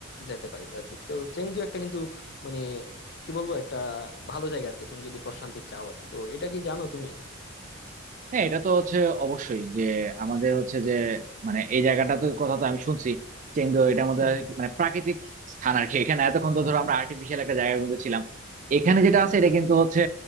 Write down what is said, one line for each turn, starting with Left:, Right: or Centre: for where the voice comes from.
Left: যাইতে পারি আর কি তো চেংদু একটা কিন্তু মানে কি বলবো একটা ভালো জায়গা আর কি তুমি যদি প্রশান্তি চাও আর কি তো এটা কি জানো তুমি
Right: হ্যাঁ এটা তো হচ্ছে অবশ্যই যে আমাদের হচ্ছে যে মানে এই জায়গাটা তো কথা তো আমি শুনছি চেংদু এটা আমাদের মানে প্রাকৃতিক স্থান আর কি এখানে এতক্ষণ তো ধরো আমরা আর্টিফিশিয়াল একটা জায়গার মধ্যে ছিলাম এখানে যেটা আছে এটা কিন্তু হচ্ছে